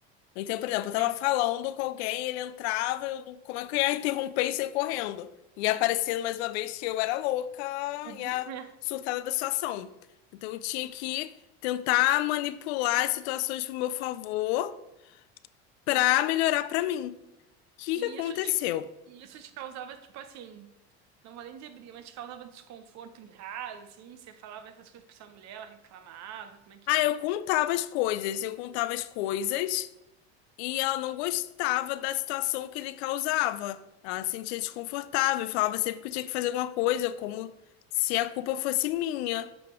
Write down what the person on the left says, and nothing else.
Então, por exemplo, eu
tava falando com alguém, ele entrava, eu, não- como é que eu ia interromper e sair correndo? E aparecendo mais uma vez que eu era louca
e a
surtada da situação. Então, eu tinha que tentar manipular as situações pro meu favor pra melhorar pra mim. O que
que aconteceu?
Ah,
eu contava as coisas, eu contava as coisas. E ela não gostava da situação que ele causava. Ela se sentia desconfortável e falava sempre que eu tinha que fazer alguma coisa, como se a culpa fosse minha.